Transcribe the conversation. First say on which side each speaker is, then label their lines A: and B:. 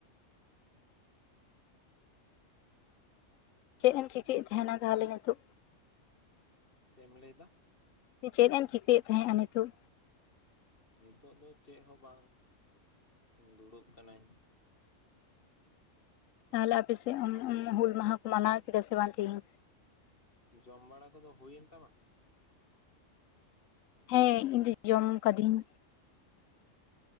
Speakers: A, on the left; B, on the left.
A: ᱪᱮᱫ ᱮᱢ ᱪᱤᱠᱟᱹᱭᱮᱫ ᱛᱟᱦᱮᱱᱟ ᱛᱟᱦᱚᱞᱮ ᱱᱤᱛᱚᱜᱼᱼ
B: ᱪᱮᱢ ᱞᱟᱹᱭ ᱫᱟ᱾
A: ᱪᱮᱫ ᱮᱢ ᱪᱤᱠᱟᱹᱭᱮᱫ ᱛᱟᱦᱮᱸᱜᱼᱟ ᱱᱤᱛᱚᱜᱼᱼᱼ
B: ᱱᱤᱛᱚᱜ ᱫᱚ ᱪᱮᱫ ᱦᱚᱸ ᱵᱟᱝ ᱫᱩᱲᱩᱵ ᱠᱟᱱᱟᱹᱧᱼᱼ
A: ᱛᱟᱦᱚᱞᱮ ᱟᱯᱮᱥᱮᱫ ᱦᱩᱞ ᱢᱟᱦᱟ ᱠᱚ ᱢᱟᱱᱟᱣ ᱠᱮᱫᱟ ᱥᱮ ᱵᱟᱝ ᱛᱤᱦᱤᱧᱼᱼ
B: ᱡᱚᱢ ᱵᱟᱲᱟ ᱠᱚᱫᱚ ᱦᱩᱭᱮᱱ ᱛᱟᱢᱟ᱾
A: ᱦᱮᱸ ᱤᱧᱫᱚ ᱡᱚᱢ ᱠᱟᱫᱤᱧᱼᱼ